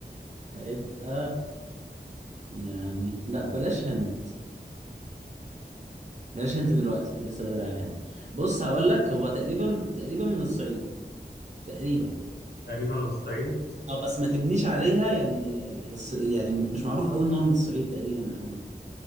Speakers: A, on the right (about 40°); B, on the left (about 65°).
A: هيبقى يعني لا بلاش هنت بلاش هنت دلوقتي لسه بدري على الهنت بص هقول لك هو تقريبا تقريبا من الصعيد تقريبا
B: تقريبا من الصعيد
A: اه بس ما تبنيش عليها يعني الص- يعني مش معروف قوي ان هو من الصعيد تقريبا او